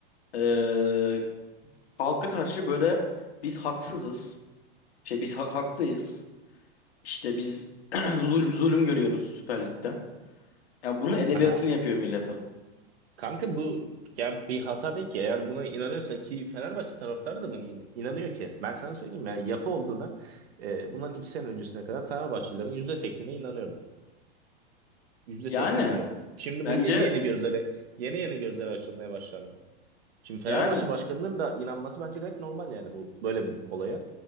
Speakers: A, on the left; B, on the right.
A: ee, halka karşı böyle biz haksızız. Şey biz ha- haklıyız. İşte biz <clears throat> zulüm, zulüm görüyoruz Süper Lig'den. Ya bunun edebiyatını
B: Aha.
A: yapıyor millete.
B: Kanka bu ya bir hata değil ki. Eğer buna inanıyorsa ki Fenerbahçe taraftarı da buna in- inanıyor ki. Ben sana söyleyeyim yani yapı olduğuna e, bundan iki sene öncesine kadar Fenerbahçelilerin %80'ine inanıyordu. yüzde
A: Yani
B: seksen diyorum. Şimdi
A: bence
B: bu yeni yeni gözlere yeni yeni gözlere açılmaya başlandı. Şimdi Fenerbahçe
A: yani
B: başkanının da inanması bence gayet normal yani bu böyle bir olaya.